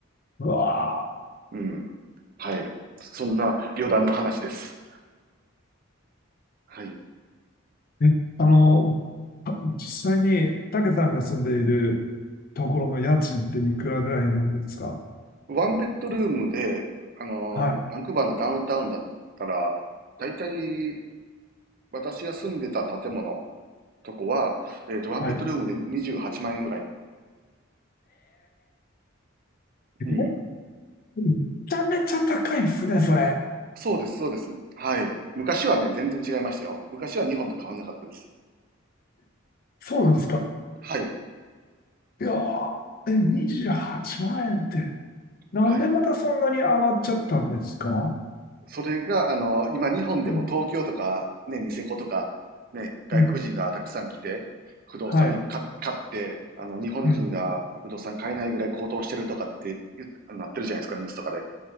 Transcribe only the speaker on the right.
うん。はい。そんな余談の話です。はい。
ワンベッドルームで、あの、
バンクーバーのダウンタウンだったら、だいたい私が住んでた建物とこは、えっと、ワンベッドルームで28万円ぐらい。
うん。
そうです、そうです。はい。昔はね、全然違いましたよ。昔は日本と変わんなかったです。
はい。
はい。それが、あの、今日本でも東京とか、
ね、ニセコとか、ね、外国人がたくさん来て、
不動産か買って、
あの、日本人が不動産買えないぐらい高騰してるとかって言うなってるじゃないですか、
ニュースとかで。